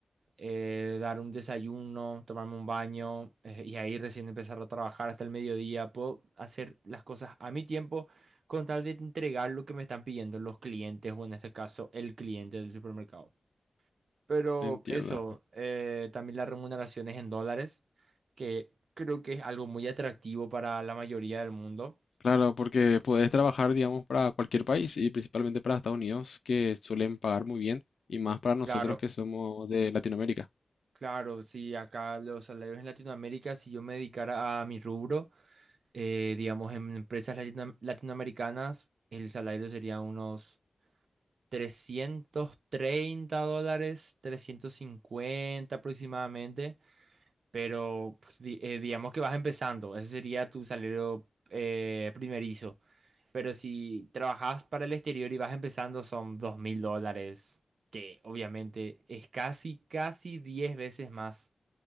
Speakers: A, on the right; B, on the left.
A: eh, dar un desayuno, tomarme un baño eh, y ahí recién empezar a trabajar hasta el mediodía. Puedo hacer las cosas a mi tiempo con tal de entregar lo que me están pidiendo los clientes o en este caso el cliente del supermercado. Pero
B: Entiendo.
A: eso, eh, también las remuneraciones en dólares, que creo que es algo muy atractivo para la mayoría del mundo.
B: Claro, porque puedes trabajar, digamos, para cualquier país y principalmente para Estados Unidos, que suelen pagar muy bien, y más para nosotros
A: Claro,
B: que somos de Latinoamérica.
A: claro, si acá los salarios en Latinoamérica, si yo me dedicara a mi rubro, Eh, digamos, en empresas latino- latinoamericanas, el salario sería unos 330 dólares, 350 aproximadamente, pero pues, di- eh, digamos que vas empezando, ese sería tu salario eh, primerizo. Pero si trabajas para el exterior y vas empezando, son dos mil dólares, que obviamente es casi, casi 10 veces más.